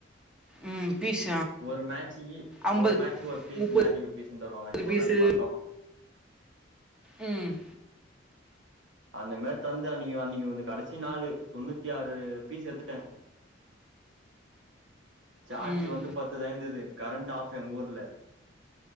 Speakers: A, in the centre; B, on the right.
A: ம் பீஸ்
B: ஒரு மேட்சிக்கி
A: ஐம்பது
B: ஒரு மேட்சுக்கு ஒரு பீஸ்
A: முப்பது
B: மேஜிக்கு பீஸ்ன்னு தருவாங்க அன்னைக்கு ஒரு
A: பீஸு
B: நாளைக்கு மட்டு
A: ம்
B: அந்த நேத்து வந்து அன்னைக்கு அன்னைக்கு வந்து கடைசி நாலு தொண்ணூத்தி ஆறு பீஸ் எத்துட்டே சார்ஜ்
A: ம்
B: வந்து பத்து தா இருந்தது கரண்ட் ஆஃப் எங்க ஊர்ல